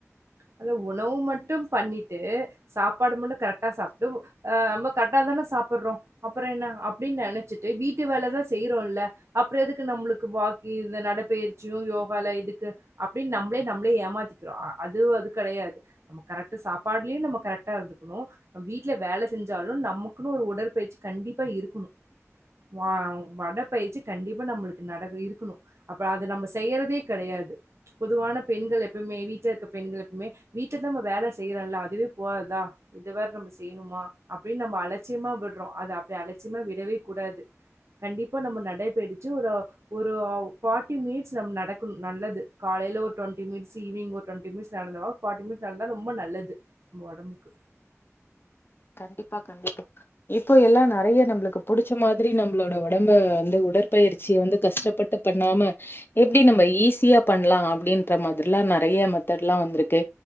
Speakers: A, on the right; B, on the left.
A: அத உணவு மட்டு பண்ணிட்டு சாப்பாடு மட்டு கரெக்டா சாப்டு ஆ நம்ப கரெட்டாதான சாப்புறோ அப்புறோ என்ன அப்பிடின் நெனச்சிட்டு வீட்டு வேலதா செய்றோல்ல அப்புறோ எதுக்கு நம்மளுக்கு வாக்கு இந்த நடப்பயிற்சியு யோகால எதுக்கு அப்பிடின் நம்பளே நம்பளே ஏமாத்திக்குறோ அது அதுக் கெடையாது நம் கரெக்ட்டு சாப்லியு நம்ம கரெக்டா இருந்துக்குனு வீட்ல வேல செஞ்சாலு நம்மக்குன்னு ஒரு உடற்பயிற்சி கண்டிப்பா இருக்கணு வா வட பயிற்சி கண்டிப்பா நம்ளுக்கு நட இருக்கணு அப்புறோ அத நம்ப செய்யறதே கெடையாது பொதுவான பெண்கள் எப்புமே வீட்ல இருக்க பெண்கள் மே வீட்ல தா நம் வேல செய்றல அதுவே போவாதா இத வேற நம்ப செய்ணுமா அப்பிடின் நம்ம அலட்சியமா விடறோ அது அப்பிடி அலட்சியமா விடவே கூடாது கண்டிப்பா நம்ப நடைபயிடிச்சி ஒரு ஒரு ஃபார்டி மினிட்ஸ் நம் நடக்குன் நல்லது காலையில ஒரு டுவெண்டி மினிட்ஸ் ஈவினிங் ஒரு டுவெண்டி மினிட்ஸ் நடந்தவ ஃபார்ட்டி மினிட்ஸ் நடந்தா ரொம்ப நல்லது நம்ப ஒடம்புக்கு
B: கண்டிப்பா கண்டிப்பா இப்போ எல்லா நெறைய நம்புளுக்கு புடிச்ச மாதிரி நம்பளோட ஒடம்ப வந்து உடற்பயிற்சிய வந்து கஷ்டப்பட்டு பண்ணாம எப்பிடி நம்ப ஈஸியா பண்ணலா அப்பிடின்ற மாதிரில்லா நெறய மெத்தட்லா வந்துருக்கு